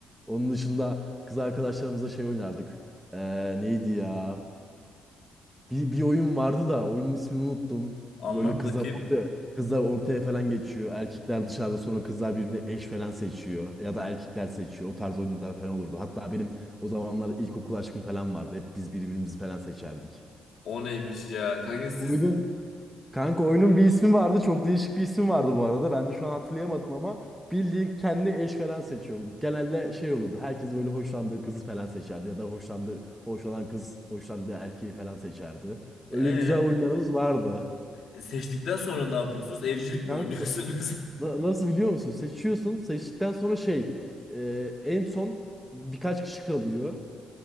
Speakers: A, in the centre; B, on the left.
A: Onun dışında kız arkadaşlarımızla şey oynardık. Ee, neydi ya? Bir, bir oyun vardı da oyunun ismini unuttum.
B: Anlat
A: Böyle kızlar
B: bakayım.
A: orta, kızlar ortaya falan geçiyor. Erkekler dışarıda sonra kızlar birbirini eş falan seçiyor. Ya da erkekler seçiyor. O tarz oyunlar falan olurdu. Hatta benim o zamanlar ilkokul aşkım falan vardı. Hep biz birbirimizi falan seçerdik.
B: O neymiş ya? Kanka siz
A: Oyunun Kanka oyunun bir ismi vardı. Çok değişik bir ismi vardı bu arada. Ben de şu an hatırlayamadım ama bildiğin kendi eş falan seçiyordun. Genelde şey olurdu. Herkes böyle hoşlandığı kızı falan seçerdi ya da hoşlandığı hoşlanan kız hoşlandığı erkeği falan seçerdi. Öyle
B: ee,
A: güzel oyunlarımız vardı.
B: e, seçtikten sonra ne yapıyorsunuz? Evcilik
A: Kanka
B: mi oynuyorsunuz? <laughs>
A: na- nasıl biliyor musun? Seçiyorsun. Seçtikten sonra şey e, en son birkaç kişi kalıyor.